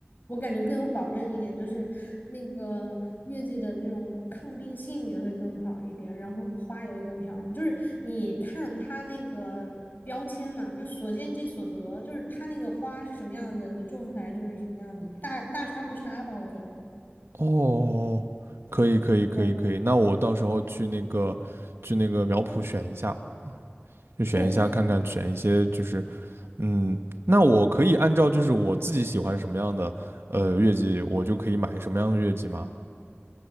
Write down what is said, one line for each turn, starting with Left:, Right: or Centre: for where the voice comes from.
Left: 我感觉更有保证一点，就是那个月季的那种抗病性也会更好一点，然后花也会更漂亮。就是你看它那个标签嘛，就所见即所得，就是它那个花是什么样子，你种出来就是什么样子，大大差不差吧，我觉得。
Right: 哦，可以可以可以可以，
Left: 对
Right: 那我到时候去那个去那个苗圃选一下，就选一下看看，
Left: 对
Right: 选一些就是，嗯，那我可以按照就是我自己喜欢什么样的呃月季，我就可以买什么样的月季吗？